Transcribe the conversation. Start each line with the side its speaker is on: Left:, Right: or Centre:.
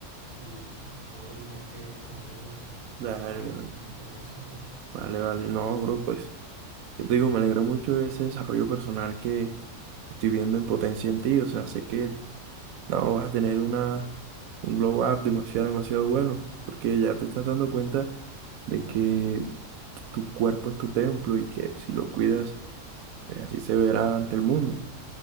Left: y puedo brindarte consejos
Right: dale,
Left: a raíz
Right: bro.
Left: de mis experiencias, bro.
Right: Vale, vale. No, bro, pues, yo te digo, me alegra mucho ese desarrollo personal que estoy viendo en potencia en ti. O sea, sé que no vas a tener una, un glow up demasiado, demasiado bueno, porque ya te estás dando cuenta de que tu cuerpo es tu templo y que si lo cuidas, pues así se verá ante el mundo.